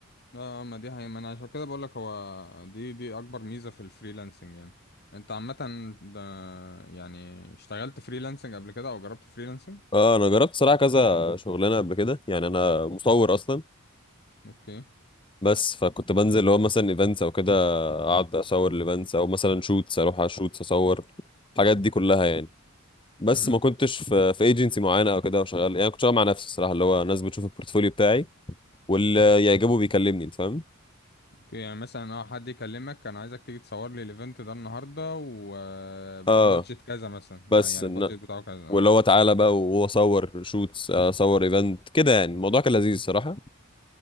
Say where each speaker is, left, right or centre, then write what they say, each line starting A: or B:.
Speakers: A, on the left; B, on the left.
A: اه ما دي هي ما انا عشان كده بقولك هو دي دي اكبر ميزة في الفريلانسنج يعني انت عامة ده يعني اشتغلت فريلانسنج قبل كده او جربت فريلانسنج
B: اه انا جربت صراحه كذا شغلانه قبل كده يعني انا مصور اصلا
A: اوكي
B: بس فكنت بنزل اللي هو مثلا ايفنتس او كده اقعد اصور الايفنتس او مثلا شوتس اروح على شوتس اصور الحاجات دي كلها يعني بس
A: مهم.
B: ما كنتش في في ايجنسي معينه او كده وشغال يعني كنت شغال مع نفسي الصراحه اللي هو ناس بتشوف البورتفوليو بتاعي واللي يعجبه بيكلمني انت فاهم
A: اوكي، يعني مثلا اه حد يكلمك انا عايزك تيجي تصور لي الايفنت ده النهارده وبادجت
B: اه
A: كذا مثلا
B: بس
A: آه، يعني
B: إن...
A: البادجت بتاعه كذا اه
B: واللي هو تعالى بقى وهو صور شوتس اصور ايفنت كده يعني الموضوع كان لذيذ الصراحه